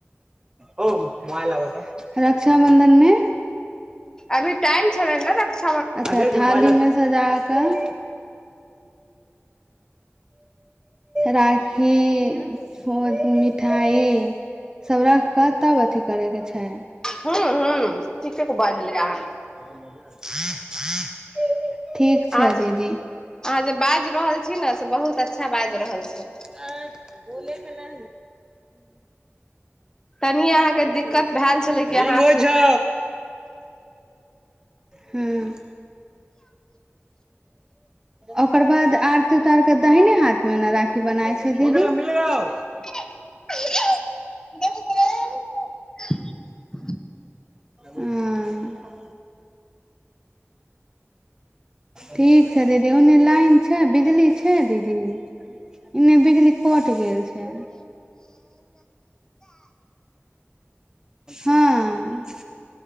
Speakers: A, on the right; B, on the left.
A: हो मोबाइल लाबा त रक्षा बंधन मे
B: अभी टाइम छै ने रक्षा
A: अच्छा थाली मे सजा कऽ राखी फ मिठाइ सब राख कऽ तब अथी करय के छै
B: हुँ हुँ ठीक क बाजले अहाँ
A: आ हँ <inaudible> छै
B: अहाँ जे अहाँ
A: दीदी
B: जे बाज रहल छी ने से बहुत अच्छा बाजि रहल छी
A: आ बोल नहि
B: तनि अहाँके दिक्कत
A: हुँ
B: भेल छलै कि
A: रि्ंग
B: अहाँ
A: होइ
B: सुन
A: छो हुँ ओकर बाद अरती उतारि के दहिने हाथ मे ने राखी बनाय तमिल गग <inaudible>
B: स <inaudible>
A: हँ ठीक छै दीदी ओन्ने लाइन छै बिजली छै दीदी एने बिजली कट गेल छै हँ